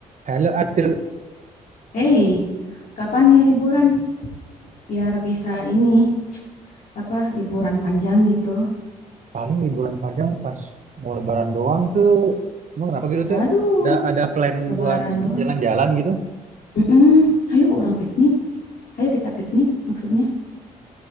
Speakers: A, on the right (about 40°); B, on the left (about 50°).
A: Hello Atul,
B: Hey, kapan nih liburan? Biar bisa ini, apa, liburan panjang gitu.
A: paling liburan panjang pas mau lebaran doang tuh. Emang kenapa gitu
B: Waduh,
A: tuh? Ada ada plan
B: lebaran
A: buat ini
B: doang.
A: jalan-jalan gitu?
B: Mm-mm. Ayo orang piknik. Ayo kita piknik maksudnya.